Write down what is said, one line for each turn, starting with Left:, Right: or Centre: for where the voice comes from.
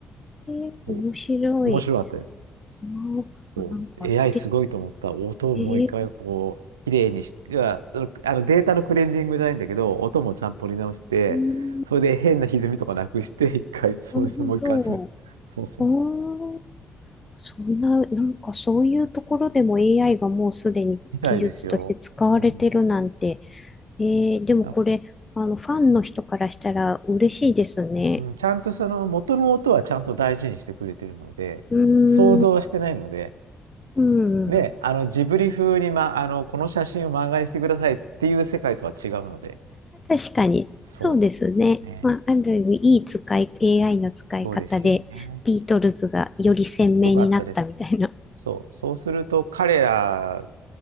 Left: え面白い。
Right: そう。面白かったです。
Left: あ、
Right: そう。
Left: あなんか、
Right: AI
Left: で、
Right: すごいと思った。音をもう一回、
Left: ええ
Right: こう、綺麗にし、いや、そのあのデータのクレンジングじゃないんだけど、音もちゃんと取り直して、
Left: うん
Right: それで変な歪みとかなくして、一回、そうしてもう一回集め、
Left: なるほど。
Right: そうそうそう。
Left: おーそんな、なんかそういうところでも AI がもうすでに技術として使われてるなんて。
Right: みたいですよ。うん。
Left: えー、でもこれ、
Right: なんか
Left: あの、ファンの人からしたら嬉しいですね。
Right: うん、ちゃんとその元の音はちゃんと大事にしてくれてるので、
Left: うーん、
Right: 想像はしてないので、
Left: うん。
Right: ね、あのジブリ風に、ま、あのこの写真を漫画にしてくださいっていう世界とは違うので、
Left: 確かに。
Right: そ
Left: そうですね。
Right: う、ね、
Left: まあ、ある意味、いい使い、AI の使い方で、
Right: そうですよね。
Left: ビートルズがより鮮明になったみたいな。
Right: よかったです。そう、そうすると彼ら